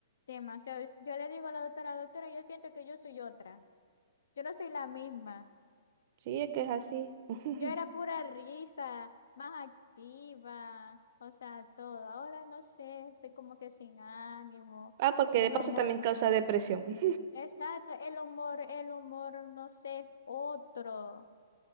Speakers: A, on the left; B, on the right.
A: demasiado. Yo le digo a la doctora, doctora, yo siento que yo soy otra, yo no soy la misma.
B: Sí, es que es así. <laughs>
A: Yo era pura risa, más activa, o sea, todo. Ahora no sé, estoy como que sin ánimo.
B: Ah, porque
A: El
B: de paso
A: humor
B: también
A: me...
B: causa
A: ca-
B: depresión.
A: Exacto, el humor, el humor, no sé, es otro.